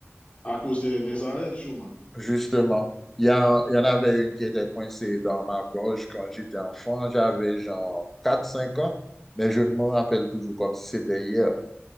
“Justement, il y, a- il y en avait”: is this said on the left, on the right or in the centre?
Centre